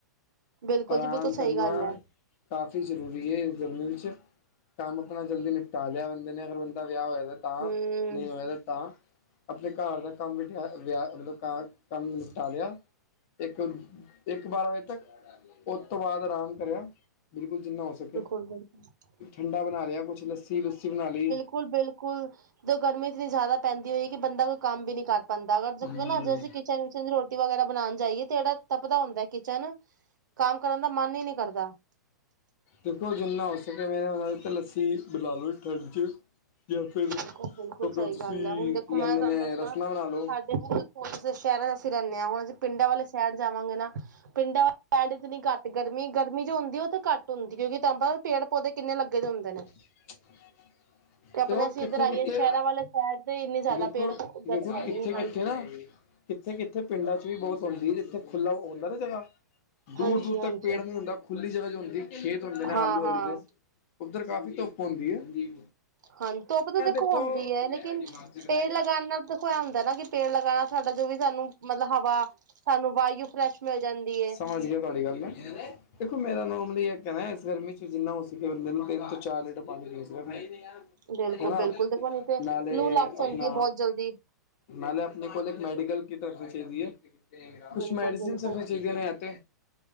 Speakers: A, on the right (about 75°); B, on the left (about 45°).
A: ਬਿਲਕੁਲ
B: ਆਰਾਮ
A: ਜੀ ਬਿਲਕੁਲ
B: ਕਰਨਾ
A: ਸਹੀ ਗੱਲ ਹੈ
B: ਕਾਫ਼ੀ ਜ਼ਰੂਰੀ ਏ, ਇਸ ਗਰਮੀ 'ਚ ਕੰਮ ਆਪਣਾ ਜਲਦੀ ਨਿਪਟਾ ਲਿਆ ਬੰਦੇ ਨੇ, ਅਗਰ ਬੰਦਾ ਵਿਆਹ ਹੋਇਆ ਦਾ ਤਾਂ,
A: ਹਮ
B: ਨਹੀਂ ਹੋਇਆ ਦਾ ਤਾਂ ਆਪਣੇ ਘਰ ਦਾ ਕੰਮ ਬਠਿਆ ਵਿਆਹ, ਮਤਲਬ ਕੰਮ ਨਿਪਟਾ ਲਿਆ ਇੱਕ-ਇੱਕ ਬਾਰਾਂ ਵਜੇ ਤੱਕ, ਉਹ ਤੋਂ ਬਾਅਦ ਆਰਾਮ ਕਰਿਆ ਬਿਲਕੁਲ, ਜਿੰਨਾ ਹੋ ਸਕੇ
A: ਕੋਈ ਗੱਲ ਤੇ ਨੀ।
B: ਠੰਡਾ ਬਣਾ ਲਿਆ, ਕੁਛ ਲੱਸੀ-ਲੁੱਸੀ ਬਣਾ ਲੀ।
A: ਹੁਣ ਬਿਲਕੁਲ, ਜੇ ਗਰਮੀ ਇਤਨੀ ਜ਼ਿਆਦਾ ਪੈਂਦੀ ਹੋਏ ਕਿ, ਬੰਦਾ ਕੋਈ ਕੰਮ ਵੀ ਨੀ ਕਰ ਪਾਂਦਾ ਐਗਾ, ਜੇ
B: ਹਮ
A: ਖੀਏ ਨਾ ਜੇ ਅਸੀਂ ਕਿਚਨ 'ਚ ਨੀ ਰੋਟ ਟੀ ਵਗੈਰਾ ਬਣਾਂਣ ਜਾਈਏ ਤੇ ਜਿਹੜਾ ਤਪਦਾ ਹੁੰਦਾ ਏ ਕਿਚਨ, ਕੰਮ ਕਰਨ ਦਾ ਮਨ ਈ ਨੀ ਕਰਦਾ
B: ਦੇਖੋ ਜਿੰਨਾ ਹੋ ਸਕੇ, ਮੈਂ ਉਹ ਦੇ ਲੱਸੀ ਬਣਾ ਲੀ, ਠੰਡ 'ਚ ਜਾਂ ਫਿਰ ਆਪਣਾ
A: ਬਿਲਕੁਲ ਬਿਲਕੁਲ ਸਹੀ
B: ਤੁਸੀਂ,
A: ਗੱਲ ਹੈ ਹੁਣ ਦੇਖੋ
B: ਕੀ
A: ਮੈਂ
B: ਕਹਿੰਦੇ
A: ਤੁਹਾਨੂੰ
B: ਨੇ
A: ਦੱਸਾਂ
B: ਰਸਲਾਂ ਬਣਾ ਲੋ।
A: ਸਾਡੇ ਹੁਣ ਅਸੀਂ ਸ਼ਹਿਰਾਂ 'ਚ ਅਸੀਂ ਰਹਿੰਦੇ ਆ, ਹੁਣ ਅਸੀਂ ਪਿੰਡਾਂ ਵਾਲੇ ਸ਼ਹਿਰ ਜਾਵਾਂਗੇ ਨਾ, ਪਿੰਡਾਂ ਆ ਐਡ 'ਚ ਨੀ ਘੱਟ ਗਰਮੀ ਗਰਮੀ ਜੋ ਹੁੰਦੀ ਉਹ ਤਾਂ ਘੱਟ ਹੁੰਦੀ ਕਿਉਂਕਿ ਤੁਹਾਨੂੰ ਪਤਾ ਪੇੜ ਪੌਦੇ ਕਿੰਨੇ ਲੱਗੇ ਦੇ ਹੁੰਦੇ ਨੇ
B: <inaudible>
A: ਆਪਣੇ
B: ਤੇ ਉਹ
A: ਅਸੀਂ
B: ਕਿੱਥੇ-
A: ਇੱਧਰ ਆਈਏ
B: ਕਿੱਥੇ,
A: ਸ਼ਹਿਰਾਂ ਵਾਲੇ ਸਾਈਡ ਤੇ ਇੰਨੇ ਜ਼ਿਆਦਾ
B: ਦੇਖੋ,
A: ਪੇੜ ਹੈ
B: ਦੇਖੋ
A: ਹੀ
B: ਕਿੱਥੇ-
A: ਨਹੀਂ ਹਾਂਜੀ
B: ਕਿੱਥੇ ਨਾ ਕਿੱਥੇ- ਕਿੱਥੇ ਪਿੰਡਾਂ 'ਚ ਵੀ ਬਹੁਤ ਹੁੰਦੀ ਹੈ ਜਿੱਥੇ ਖੁੱਲ੍ਹਾ ਆਉਂਦਾ ਨਾ ਜਗ੍ਹਾ ਦੂਰ-
A: ਹਾਂਜੀ
B: ਦੂਰ
A: ਹਾਂਜੀ
B: ਤੱਕ ਪੇੜ ਨੀ ਹੁੰਦਾ ਖੁੱਲੀ ਜਗ੍ਹਾ ਜਿਹੀ ਹੁੰਦੀ ਖੇਤ ਹੁੰਦੇ ਨੇ
A: ਹਾਂ
B: ਆਲੂ
A: ਹਾਂ
B: -ਆਲੂ ਦੇ ਉੱਧਰ ਕਾਫ਼ੀ ਧੁੱਪ ਹੁੰਦੀ ਹੈ ਏ
A: ਹਾਂ ਧੁੱਪ ਤਾਂ ਦੇਖੋ
B: ਦੇਖੋ
A: ਹੁੰਦੀ ਹੈ ਲੇਕਿਨ ਪੇੜ ਲਗਾ ਨਾਲ ਦੇਖੋ ਆ ਹੁੰਦਾ ਨਾ ਕਿ ਪੇੜ ਲਗਾਣਾ ਸਾਡਾ ਜੋ ਵੀ ਸਾਨੂੰ ਮਤਲਬ ਹਵਾ ਸਾਨੂੰ ਵਾਹਯੂ ਫਰੈਸ਼ ਮਿਲ ਜਾਂਦੀ ਹੈ ਏ
B: ਸਮਝ ਗਿਆ ਤੁਹਾਡੀ ਗੱਲ ਮੈਂ ਦੇਖੋ ਮੇਰਾ ਨੋਰਮਲੀ ਕਹਿਣਾ ਇਸ ਗਰਮੀ 'ਚ ਜਿੰਨਾ ਹੋ ਸਕਿਆ ਬੰਦੇ ਨੂੰ ਤਿੰਨ ਤੋਂ ਚਾਰ ਲੀਟਰ ਪਾਣੀ ਪੀ ਸਕਣ ਰ
A: ਬਿਲਕੁਲ
B: ਹਨਾ
A: ਬਿਲਕੁਲ ਦੇਖੋ ਨਹੀਂ ਤੇ
B: ਨਾਲੇ
A: ਲੂ ਲੱਗ
B: ਆਪਣਾ
A: ਜਾਂਦੀ ਹੈ ਬਹੁਤ ਜਲਦੀ
B: ਨਾਲੇ ਆਪਣੇ ਕੋਲ ਇੱਕ ਮੈਡੀਕਲ ਕਿਟ ਰੱਖਣੀ ਚਾਹੀਦੀ ਹੈ ਕੁਛ
A: ਬਿਲਕੁਲ
B: ਮੈਡੀਸਨ
A: ਬਿਲਕੁਲ
B: ਰਖਣੀਆ ਚਾਹੀਦੀਆਂ ਅਤੇ